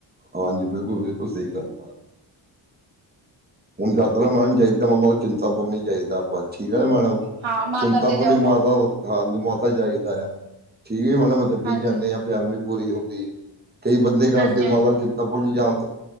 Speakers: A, on the right; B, on the right.
A: ਹਾਂਜੀ ਬਿਲਕੁਲ -ਬਿਲਕੁਲ ਸਹੀ ਗੱਲ। ਹੁਣ ਯਤਰਾ ਮਾਰ ਜਾਈ ਹੀਦਾ। ਮਾਬ ਚਿੰਤਾਪੁਰਨੀ ਚਾਹੀਦਾ ਆਪਾਂ ਠੀਕ ਹੈ, ਨਾ ਮੈਡਮ
B: ਹਾਂ ਮਾਤਾ
A: ਚਿੰਤਾਪੁਰਨੀ
B: ਤੇ ਜਾਓ
A: ਮਾਤਾ। ਹਾਂ ਮਾਤਾ ਚਾਹੀਦਾ ਆ ਠੀਕ, ਮੈਡ ਗੱਡੀ
B: ਹਾਂਜੀ
A: ਚ ਜਾਂਦੇ ਹਾਂ ਫੈਮਿਲੀ ਪੂਰੀ ਹੁੰਦੀ ਹੈ। ਕਈ ਬੰਦੇ ਕਰਦੇ
B: ਹਾਂਜੀ
A: ਮਾਤਾ
B: ਹਾਂਜੀ ਹਾਂਜੀ
A: ਚਿੰਤਾਪੁਰ ਜਾਣ